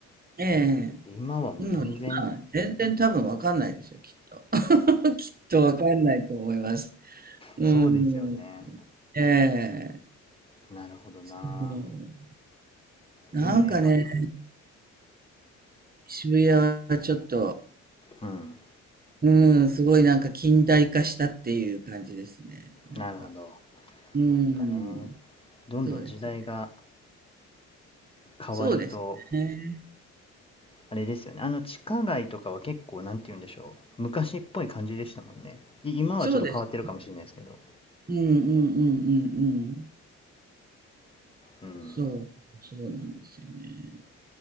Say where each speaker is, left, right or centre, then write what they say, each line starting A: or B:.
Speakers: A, on the right; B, on the left.
A: ええ
B: 今はもう全然、
A: ええ。もう今、全然多分わかんないですよ、きっと。きっとわかんないと思います。うーん。
B: そうですよね。
A: ええ。
B: なるほどな。
A: そう。なんかね、
B: どんどんやっぱ、
A: 渋谷はちょっと、
B: うん。
A: うーん、すごいなんか近代化したっていう感じですね。なんか。
B: なるほど。やっ
A: うーん。
B: ぱね、どんどん時代が
A: そうですね。
B: 変わると、
A: そうですね。
B: あれですよね。あの地下街とかは結構、なんて言うんでしょう。昔っぽい感じでしたもんね。い今はちょっと変わってるかもしれないですけど。
A: そうです。うんうんうんうんうん。
B: うん。
A: そう、そうなんですよね。